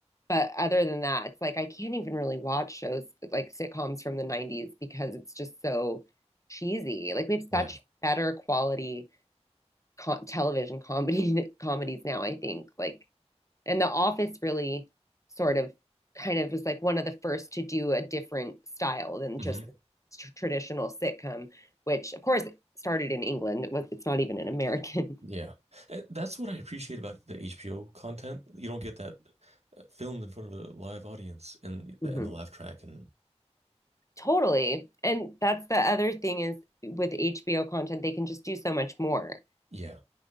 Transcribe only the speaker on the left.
but other than that, it's like I can't even really watch shows like sitcoms from the 90s because it's just so cheesy. Like we have
such better quality co television comedy <laughs> comedies now, I think. Like and The Office really sort of kind of was like one of the first to do a different style than
just tr- traditional sitcom, which of course started in England. It was, it's not even an American.
Mhm.
Totally. And that's the other thing is with HBO content, they can just do so much more.